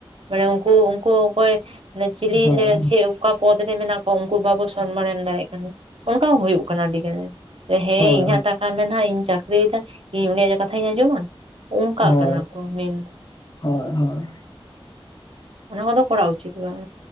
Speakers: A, on the right; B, on the left.
A: ᱢᱟᱱᱮ ᱩᱱᱠᱩ ᱩᱱᱠᱩ ᱚᱠᱚᱭ ᱢᱟᱱᱮ ᱪᱤᱞᱤ
B: ᱦᱳᱭ
A: ᱞᱮ ᱪᱮᱫ ᱚᱠᱟ ᱯᱚᱫ ᱨᱮ ᱢᱮᱱᱟᱜ ᱠᱚᱣᱟ ᱩᱱᱠᱩ ᱵᱟᱵᱚ ᱥᱚᱱᱢᱟᱱ ᱮᱢ ᱫᱟᱲᱮᱭᱟᱜ ᱠᱟᱱᱟ, ᱚᱱᱠᱟ ᱦᱚᱸ ᱦᱩᱭᱩᱜ ᱠᱟᱱᱟ ᱟᱹᱰᱤᱜᱟᱱᱜᱮ᱾ ᱦᱮᱸ
B: ᱦᱳᱭ
A: ᱤᱧᱟᱜ
B: ᱦᱳᱭ
A: ᱴᱟᱠᱟ ᱢᱮᱱᱟᱜᱼᱟ ᱤᱧ ᱪᱟᱹᱠᱨᱤᱭᱮᱫᱟ ᱤᱧ ᱩᱱᱤᱭᱟᱜ ᱠᱟᱛᱷᱟᱧ ᱟᱸᱡᱚᱢᱟ, ᱚᱱᱠᱟᱜ
B: ᱦᱳᱭ
A: ᱠᱟᱱᱟ ᱠᱚ ᱢᱮᱱ
B: ᱦᱳᱭ ᱦᱳᱭ,
A: ᱚᱱᱟ ᱠᱚᱫᱚ ᱠᱚᱨᱟᱣ ᱩᱪᱤᱛ ᱵᱟᱝ